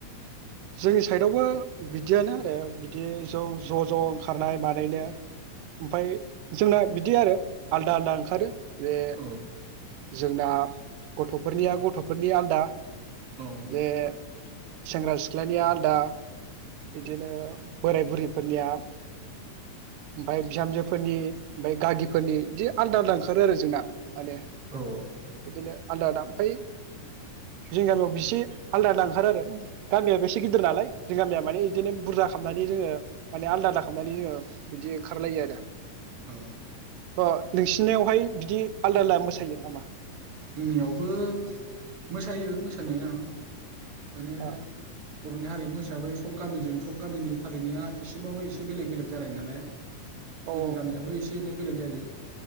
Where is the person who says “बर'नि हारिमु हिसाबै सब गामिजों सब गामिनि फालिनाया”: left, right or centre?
Right